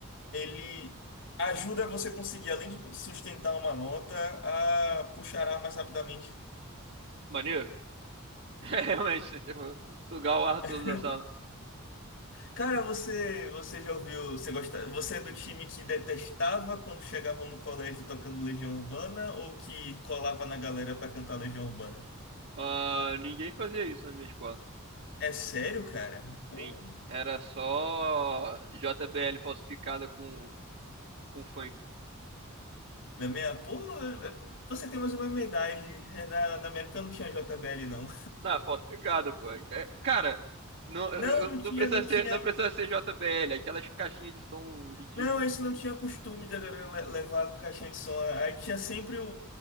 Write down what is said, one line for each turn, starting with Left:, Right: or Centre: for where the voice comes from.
Left: Ele ajuda você conseguir, além de sustentar uma nota, a puxar ar mais rapidamente.
Right: Maneiro. <laughs> É, Realmente, né, tipo, sugar o ar todo
Left: <laughs>
Right: da sala.
Left: Cara, você, você já ouviu, você gosta, você é do time que detestava quando chegavam no colégio tocando Legião Urbana ou que colava na galera pra cantar Legião Urbana?
Right: Ah, ninguém fazia isso na minha escola.
Left: É sério, cara? Pô,
Right: Sim. Era só JBL falsificada com, com funk.
Left: na minha, pô, você tem mais ou menos minha idade. É, Na, na minha época não tinha J JBL, não.
Right: Não, falsificada, pô. É, cara, não, eu-
Left: Não,
Right: eu-
Left: não
Right: não
Left: tinha,
Right: precisa
Left: não
Right: ser,
Left: tinha.
Right: não precisa ser JBL, aquelas caixinhas de som ridículas.
Left: Não, esse não tinha costume da galera le- levar com caixinha de som. Aí tinha sempre o,